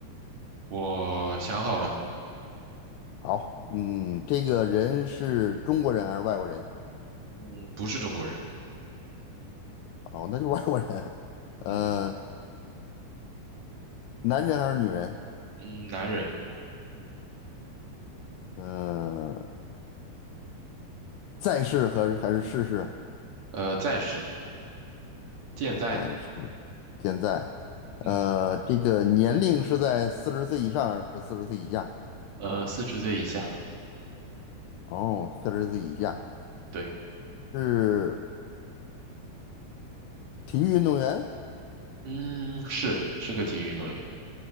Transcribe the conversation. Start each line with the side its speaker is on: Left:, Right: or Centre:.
Right: 我想好了，
Left: 好，嗯，这个人是中国人还是外国人？
Right: 嗯，不是中国人，
Left: 哦，那就是外国人。呃，
Right: 嗯
Left: 男人还是女人？
Right: 嗯，男人，
Left: 呃，在世还是还是逝世？
Right: 呃，在世，健在呢，
Left: 在世，现在。
Right: 嗯，
Left: 呃，这个年龄是在四十岁以上还是四十岁以下？
Right: 呃，四十岁以下，
Left: 哦，四十岁以下。
Right: 对，
Left: 是体育运动员？
Right: 嗯，是是个体育运动员，